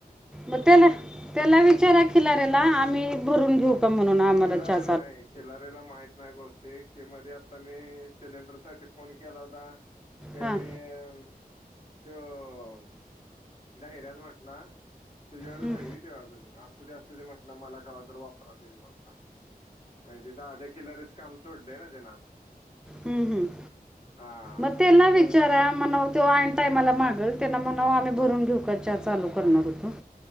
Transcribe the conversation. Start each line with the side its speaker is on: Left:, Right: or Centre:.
Centre: मग त्याला, त्याला विचारा खिलार्याला आम्ही भरून घेऊ का म्हणून आम्हाला
Left: खिलारेला
Centre: चा
Left: नाही, खिलाऱ्याला माहित नाही बघ ते की मध्ये आता मी सिलेंडर साठी फोन केला होता, त्यावेळी
Centre: हां
Left: अ त्यो धैर्याच म्हटला तुझ्याकडच
Centre: हम्म.
Left: हाई ते अजून, असूंदे असुंदे म्हटला मला कवा तर वापरात येईल म्हटला. नाहि ते दादा खिलारेच काम सोडलय ना तेन आता.
Centre: हम्म हम्म,,,,,,
Left: हा
Centre: मग तेना
Left: त्याचं
Centre: विचारा मनाव तोऔन टायमाला मागलं,, त्यांना म्हणाव आम्ही भरून घेऊ का चा चालू करणार होतो,,,